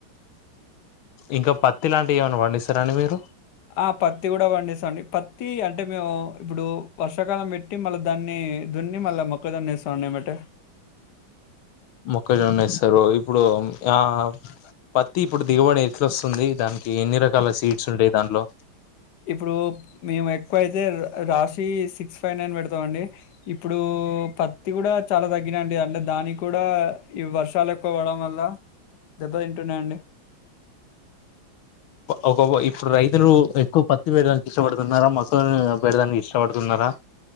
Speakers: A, on the left (about 85°); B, on the left (about 60°).
A: ఇంకా పత్తి లాంటివి ఏమనా పండిస్తారా అండి మీరు
B: ఆ పత్తి కూడా పండిస్తాం అండి పత్తి అంటే మేము ఇప్పుడు వర్షాకాలం పెట్టి మళ్ళా దాన్ని దున్ని మళ్ళా మొక్కజోన్న వేస్తా మండి ఏమటే
A: మొక్కజొన్న వస్తారు ఇప్పుడు ఆ పత్తి ఇప్పుడు దిగబడి ఎట్ల వస్తుంది దానికి ఎన్ని రకాల సీడ్స్ ఉంటాయి దాంలో
B: ఇప్పుడు మేము ఎక్కువయితే రాశి సిక్స్ ఫైవ్ నైన్ పెడతాంండి ఇప్పుడు పత్తి కూడా చాలా తగ్గినండి అంటే దానికి కూడా ఈ వర్షాలు ఎక్కువ పడడం వల్ల దెబ్బ తింటున్నాయండి
A: ఒక ఇప్పుడు రైతులు ఎక్కువ పత్తి పెడడానికి ఇష్టపడుతున్నారా మొక్కజొన్న పెట్టడాానికి ఇష్టం ఇష్టపడుతున్నారా